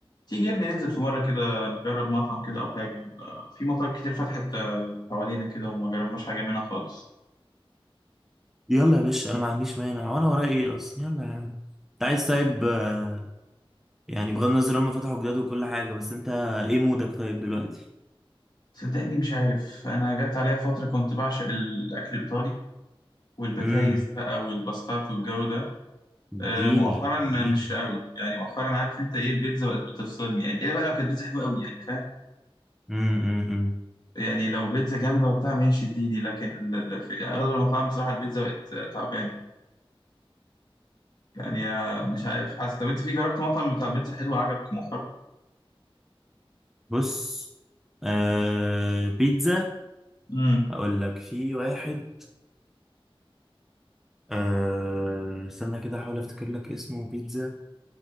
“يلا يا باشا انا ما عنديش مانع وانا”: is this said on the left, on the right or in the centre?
Centre